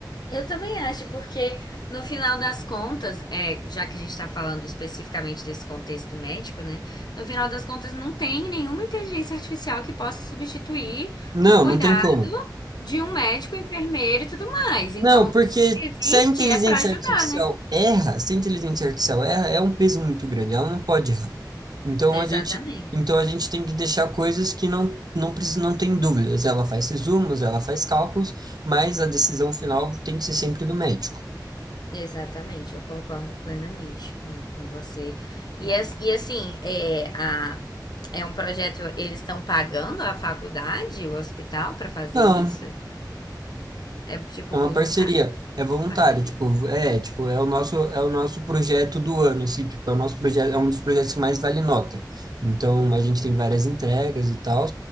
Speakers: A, on the left; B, on the right.
A: Eu também acho, porque no final das contas, é, já que a gente está falando especificamente desse contexto médico, né? No final das contas, não tem nenhuma inteligência artificial que possa substituir
B: Não,
A: o cuidado
B: não tem como.
A: de um médico, enfermeiro e tudo mais. Então,
B: Não, porque
A: se
B: se
A: existe,
B: a inteligência
A: é para ajudar,
B: artificial
A: né?
B: erra, se a inteligência artificial erra, é um peso muito grande, ela não pode errar. Então
A: Exatamente.
B: a gente, então a gente tem que deixar coisas que não não precisa, não tem dúvidas. Ela faz resumos, ela faz cálculos, mas a decisão final tem que ser sempre do médico.
A: Exatamente, eu concordo plenamente com, com você. E, as- e assim, é, a, é um projeto, eles estão pagando a faculdade, o hospital, para fazer
B: Não,
A: isso? É tipo
B: É uma
A: voluntário,
B: parceria, é voluntário,
A: parceria.
B: tipo, é, tipo, é o nosso, é o nosso projeto do ano, assim, tipo, é o nosso projeto, é um dos projetos que mais vale nota. Então, a gente tem várias entregas e tal.